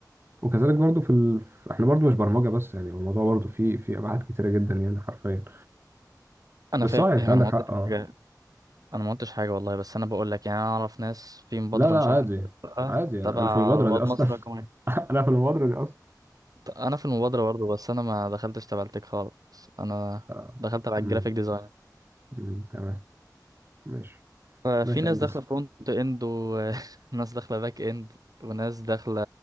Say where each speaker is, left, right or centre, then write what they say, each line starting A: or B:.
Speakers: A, on the right; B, on the right.
A: وكذلك برضو في ال... في- احنا برضو مش برمجة بس يعني الموضوع برضو فيه فيه ابعاد كتيرة جدا يعني حرفيا
B: انا
A: بس
B: فاهم
A: اه يعني
B: انا
A: انت عندك
B: ما
A: حق
B: قلتش
A: اه
B: حاجة انا ما قلتش حاجة والله بس انا بقول لك يعني انا اعرف ناس في مبادرة
A: لا لا
B: مش
A: عادي
B: عارف انت بقى
A: عادي
B: تبع
A: انا في المبادرة
B: رواد
A: دي اصلا
B: مصر رقم واحد
A: <laughs> انا في المبادرة دي اصلا
B: ط- انا في المبادرة برضه بس انا ما دخلتش تبع التك خالص انا
A: آه.
B: دخلت تبع
A: مم.
B: الجرافيك ديزاين
A: مم. تمام ماشي
B: آه،
A: ماشي
B: في ناس
A: يا هندسة
B: داخله فرونت اند وناس <laughs> داخله باك اند وناس داخله